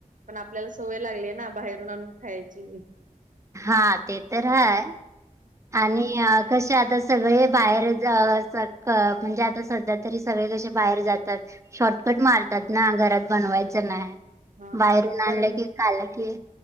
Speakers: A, on the right (about 65°); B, on the right (about 20°).
A: पण आपल्याला सवय लागली ना,, बाहेरून आणून खायची.
B: हा,, ते तर हाय,, आणिऽऽ कसे आता सगळे बाहेर अ स क-म्हणजे आता सध्या तरी सगळे कसे बाहेर जातात. शॉर्टकट मारतात ना, घरात बनवायचं नाय.
A: हा
B: बाहेरून
A: पण
B: आणलं की, खालं की